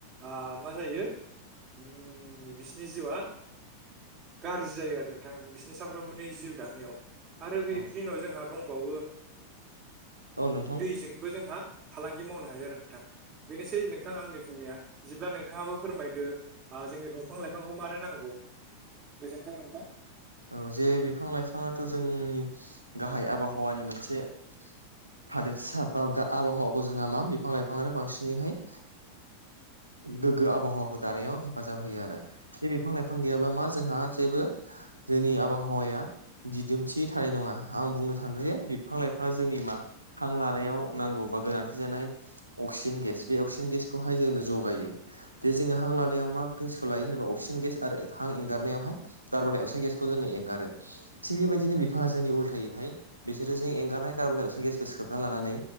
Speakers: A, on the right; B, on the right.
A: ओ मा जायो अम बिसिनि जिउआ गाज्रि जायो आरो नोंथां बि साफ्रोमबोनि जिउ दानायाव आरो बिनि
B: औ
A: उनाव जोंहा दंबावो
B: औ नोंथां
A: जजोंबो जोंहा फालांगि मावनो हायो आरो नोंथां बेनोसै नोंथां आंनि बुंनाया जेब्ला नोंथाङाबो फोरमायदो जोंनो दंफां लाइफांखौ मानो नांगौ गोजोनथों नोंथां
B: औ जे बिफां लाइफाङाथ' जोंनि गाहाय आबहावानि मोनसे थादोरसा बा आबहावाखौ जोंहा मा बिफां लाइफाङानो बांसिनैहाय गोग्गो आबहावाखौ दानायाव हेफाजाब होयो आरो बेे बिफां लाइफां गैयाब्ला मा जोंहा जेबो जोंनि आबहावाया दिदोमथि थानाय नङा आं बुंनो थांदों जे बिफां लाइफाङा जोंनि मा हां लानायाव नांगौ बा गोनांथि जानाय अक्सिजेन गेस बे अक्सिजेन गेसखौहाय जोंनो जगायो दे जोङो हां लानायाव मा गेसखौ लायो होनबा अक्सिजेन गेस आरो हां एंगारनायावहाय कार्बनडाइअक्साइड गेसखौ बे खौ जोङो एंगारो थिग बेबायदिनो बिफाङा जोंनि उल्थायैहाय बिसोरो जों एंगारनाय कारन दस गेसखौ सोबना लानानै